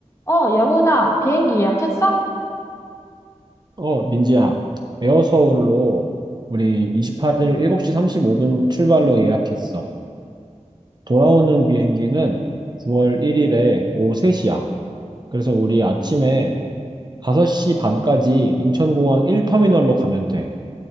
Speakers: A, on the left (about 20°); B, on the right (about 35°).
A: 어, 영훈아, 비행기 예약했어?
B: 어, 민지야, 에어서울로 우리 28일 7시 35분 출발로 예약했어. 돌아오는 비행기는 9월 1일에 오후 3시야. 그래서 우리 아침에 5시 반까지 인천공항 1터미널로 가면 돼.